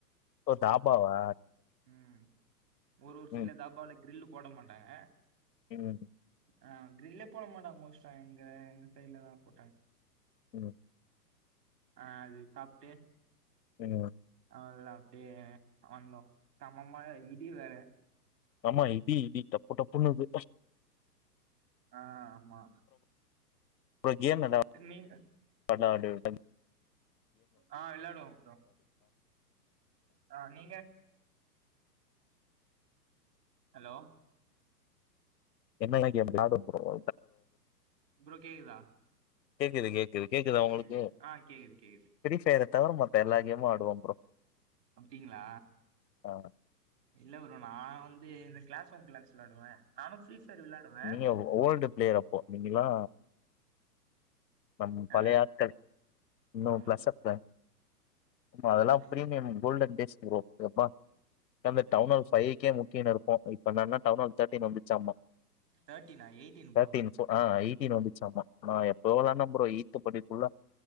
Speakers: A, on the left (about 85°); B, on the right (about 70°).
A: ஓ தாபாவா
B: உம் ஒரு ஒரு சில
A: ம்.
B: தாபால கிரில் போட மாட்டாங்க
A: ம்
B: ஆ கிரில்லே போட மாட்டாங்க மோஸ்டா எங்க எங்க சைட்லதா போட்டாங்
A: ம்
B: அ அது சாப்பிட்டே
A: வினு
B: ஆ இல்ல அப்பிடியே வந்தோ செம்ம மழ இடி வேற
A: ஆமா இடி இடி டப்பு டப்புன்னுது
B: ஆ ஆமா
A: அப்பறோ கேம் நல்லா
B: நீ
A: <unintelligible> <unintelligible>
B: ஆ விளையாடுவோ ப்ரோ ஆ நீங்க ஹலோ
A: என்ன எல்லா கேம் விளாட போறோ
B: ப்ரோ கேக்குதா
A: கேக்குதுக்கு கே க்குது கேக்குத உங்களுக்கு
B: ம் ஆ கேக்குது கேக்குது
A: எடிட் சைடத தவிர மத்த எல்லா கேம் மாடுவோ ப்ரோ
B: அப்பிடிங்களா
A: ஆ
B: இல்ல வரு நா வந் தி இந்த கிளஸ் ஒன் கிளாஸ் விளாடுவே நானு ஃப்ரீ ஃபயர் விளாடுவே
A: நீங்க ஓ ஓல்டு பிளேயர் அப்போ நீங்கல்லா நம்
B: ஆ
A: பழைய ஆட்கள் இன்னு
B: நம்
A: பிளஸ் அப்புல அதெல்லா பிரீமியம்
B: இது
A: கோல்டன் டேஸ் ரோ ரப்பா அந்த
B: ம்
A: டவுனல் ஃபைக்கே முக்கினு இரு <unintelligible> நன்ன இன்ன டவுனா தேட்டின் வந்து சம்மா
B: தேர்ட்டீனா எயிட்டீன்
A: தேட்டின்
B: ப்ரோ
A: ஃப்போ ஆ எயி டின் வந்துச்சாம நா எப்போ விளாண்ட ப்ரோ ஈத்து படிக்குள்ள